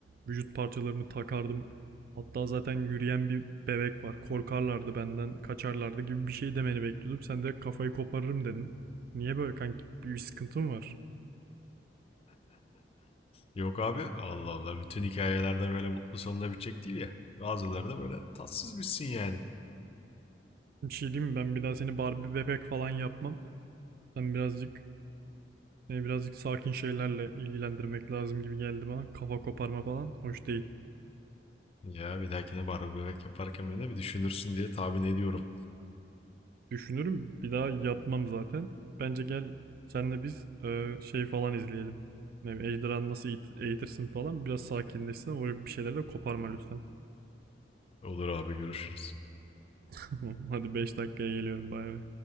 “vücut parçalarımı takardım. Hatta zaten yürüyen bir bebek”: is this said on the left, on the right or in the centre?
Right